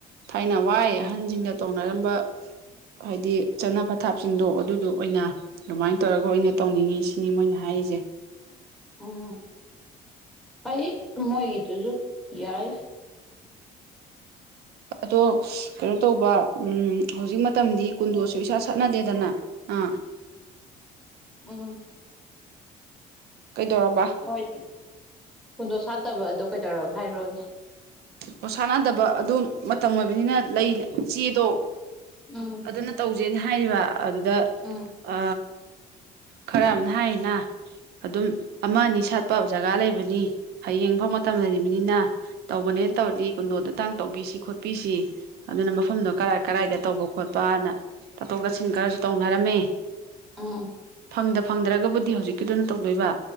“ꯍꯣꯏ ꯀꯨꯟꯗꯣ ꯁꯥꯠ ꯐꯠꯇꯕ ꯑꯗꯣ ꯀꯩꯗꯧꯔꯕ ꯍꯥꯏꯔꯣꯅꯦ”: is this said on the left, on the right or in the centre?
Centre